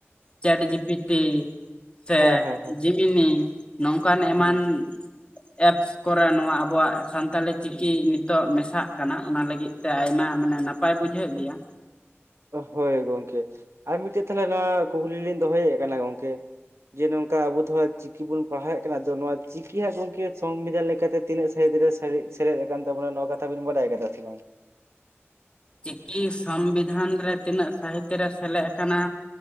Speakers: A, on the left; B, on the right.
A: ᱪᱮᱴ ᱡᱤᱯᱤᱴᱤ ᱥᱮ
B: ᱦᱮᱸ ᱦᱮᱸ
A: ᱡᱤᱢᱱᱤ ᱱᱚᱝᱠᱟᱱ ᱮᱢᱟᱱ
B: ᱦᱮᱸ
A: ᱮᱯᱥ ᱠᱚᱨᱮ ᱱᱚᱣᱟ ᱟᱵᱚᱣᱟᱜ ᱥᱟᱱᱛᱟᱞᱤ ᱪᱤᱠᱤ ᱱᱤᱛᱚᱜ ᱢᱮᱥᱟᱜ ᱠᱟᱱᱟ ᱚᱱᱟ ᱞᱟᱹᱜᱤᱫ ᱛᱮ ᱟᱭᱢᱟ ᱢᱟᱱᱮ ᱱᱟᱯᱟᱭ ᱱᱟᱯᱟᱭ ᱵᱩᱡᱷᱟᱹᱜ ᱜᱮᱭᱟ
B: ᱦᱳᱭ ᱜᱚᱝᱠᱮ ᱟᱨ ᱢᱤᱫᱴᱮᱡ ᱛᱟᱦᱚᱞᱮ ᱱᱚᱣᱟ ᱠᱩᱠᱞᱤ ᱞᱤᱧ ᱫᱚᱦᱚᱭᱮᱫ ᱠᱟᱱᱟ ᱜᱚᱝᱠᱮ ᱡᱮ ᱱᱚᱝᱠᱟ ᱟᱵᱚ ᱫᱚ ᱦᱟᱸᱜ ᱪᱤᱠᱤ ᱵᱚᱱ ᱯᱟᱲᱦᱟᱣᱮᱫ ᱠᱟᱱᱟ ᱟ ᱱᱚᱣᱟ ᱪᱤᱠᱤ ᱦᱟᱸᱜ ᱜᱚᱝᱠᱮ ᱥᱚᱝᱵᱤᱫᱷᱟᱱ ᱞᱮᱠᱟᱛᱮ ᱛᱤᱱᱟᱹᱜ ᱥᱟᱹᱦᱤᱛ ᱨᱮ ᱥᱮᱞᱮᱫ ᱠᱟᱱ ᱛᱟᱵᱚᱱᱟ ᱱᱚᱣᱟ ᱠᱟᱛᱷᱟ ᱵᱤᱱ ᱵᱟᱰᱟᱭ ᱠᱟᱫᱟ ᱥᱮ ᱵᱟᱝ
A: ᱪᱤᱠᱤ ᱥᱚᱝᱵᱤᱫᱷᱟᱱ ᱨᱮ ᱛᱤᱱᱟᱹᱜ ᱥᱟᱹᱦᱤᱛ ᱨᱮ ᱥᱮᱞᱮᱫ ᱟᱠᱟᱱᱟ